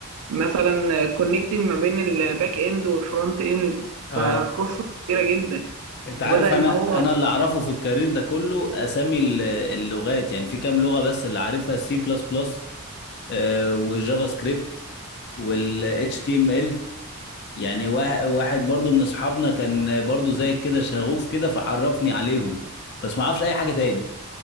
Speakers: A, on the right; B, on the left.
A: مثلا كونكتنج ما بين الباك اند والفرونت اند
B: اه
A: فقصه كبيره جدا
B: انت
A: وبدا
B: عارف
A: ان
B: انا
A: هو
B: انا اللي اعرفه في الكارير ده كله اسامي ال- اللغات يعني في كام لغه بس اللي عارفها سي بلس بلس والجافا سكريبت والاتش تي ام ال يعني وا- واحد برضو من اصحابنا كان برضو زي كده شغوف كده فعرفني عليهم بس ما اعرفش اي حاجه تاني